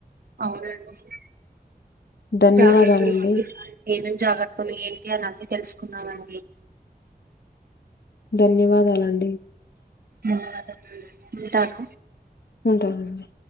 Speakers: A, on the right; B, on the left.
A: అవునండి
B: ధన్యవాదాలండి
A: జాగ్రత్తలు మ ఏమం జాగ్రత్తలు ఏంటి అని అన్ని తెలుసుకున్నామండి
B: ధన్యవాదాలండి
A: ధన్యవాదాలండి ఉంటాను
B: ఉంటాము